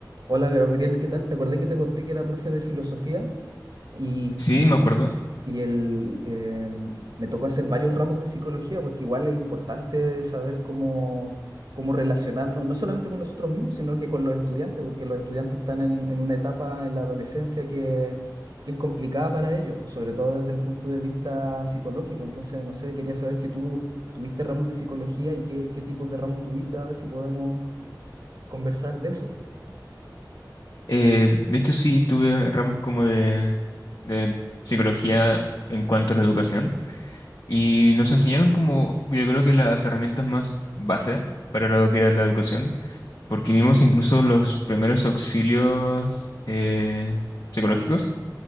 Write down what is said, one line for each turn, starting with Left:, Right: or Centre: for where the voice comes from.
Right: Hola Gabriel, ¿qué tal? Te acordé que te conté que era profe de filosofía y,
Left: Sí,
Right: y,
Left: me acuerdo.
Right: y el, em, me tocó hacer varios ramos de psicología porque igual es importante saber cómo, cómo relacionarnos, no no solamente con nosotros mismos, sino que con los estudiantes, porque los estudiantes están en, en una etapa en la adolescencia que, que es complicada para ellos, pues sobre todo desde el punto de vista psicológico. Entonces, no sé, quería saber si tú tuviste ramos de psicología y qué, qué tipos de ramos tuviste, a ver si podemos conversar de eso.
Left: Eh, de hecho, sí, tuve ramos como de, de psicología en cuanto a la educación y nos enseñaron como, yo creo que las herramientas más base para lo que es la educación, porque vimos incluso los primeros auxilios eh, psicológicos.